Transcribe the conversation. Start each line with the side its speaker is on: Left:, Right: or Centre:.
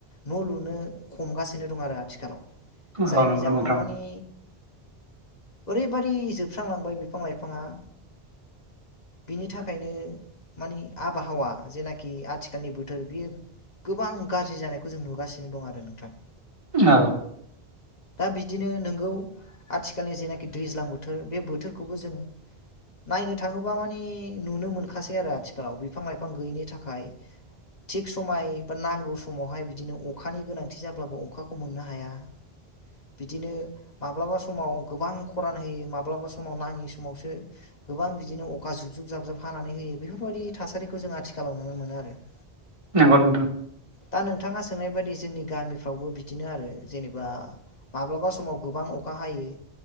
Left: न' लुनो हमगासिनो दं आरो आथिखालाव
Right: औ
Left: जायनि
Right: नंगौ
Left: जााहोनाव
Right: नोंथां
Left: मानि ओरैबायदि जोबस्रांलांबाय बिफां लाइफाङा। बिनि थाखायनो। मानि आबहावा जेनाखि आथिखालनि बोथोर बियो। गोबां गाज्रि जानायखौ जों नुगासिनो दं आरो नोंथां।
Right: औ।
Left: दा बिदिनो नोंगौ आथिखालनि जेनाखि दैज्लां बोथोर बे बोथोरखौबो जों। नायनो थाङोब्ला मानि नुनो मोनखासै आरो आथिखालाव बिफां लाइफां गैयिनि थाखाय। थिग समाय बा नांगौ समावहाय बिदिनो अखानि गोनांथि जाब्लाबो अखाखौ मोननो हाया। बिदिनो माब्लाबा समाव गोबां खरान होयो माब्लाबा समाव नाङि समावसो। गोबां बिदिनो अखा जुब जुब जाबजुब हानानै होयो बेफोरबायदि थासारिखौ जों आथिखालाव नुनो मोनो आरो। <unintelligible>
Right: नंगौ नोंथां।
Left: दा नोंथाङा सोंनाय बायदि जोंनि गामिफ्रावबो बिदिनो आरो। जेनेबा माब्लाबा समाव गोबां अखा हायो।